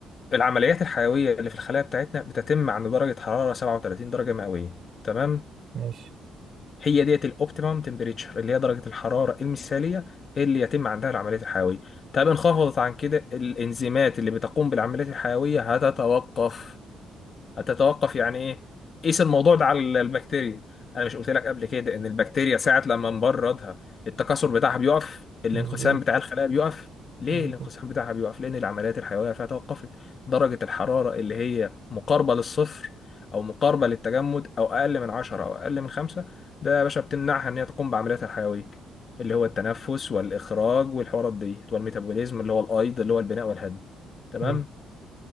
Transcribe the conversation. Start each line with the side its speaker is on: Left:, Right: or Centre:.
Left: العمليات الحيويه اللي في الخلايا بتاعتنا بتتم عند درجه حراره 37 درجه مئويه تمام
Right: ماشي
Left: هي ديت الاوبتيمم تمبريتشر اللي هي درجه الحراره المثاليه اللي يتم عندها العمليات الحيويه طب انخفضت عن كده الانزيمات اللي بتقوم بالعمليات الحيويه هتتوقف هتتوقف يعني ايه قيس الموضوع ده على البكتيريا انا مش قلت لك قبل كده ان البكتيريا ساعه لما نبردها التكاثر بتاعها بيقف الانقسام
Right: مظبوط
Left: بتاع الخلايا بيقف ليه
Right: مظبوط
Left: الانقسام بتاعها بيقف لان العمليات الحيويه فيها توقفت درجه الحراره اللي هي مقاربه للصفر او مقاربه للتجمد او اقل من 10 او اقل من 5 ده يا باشا بتمنعها ان هي تقوم بعملياتها الحيويه اللي هو التنفس والاخراج والحوارات ديت والميتابوليزم اللي هو الايض اللي هو البناء والهضم تمام
Right: حلو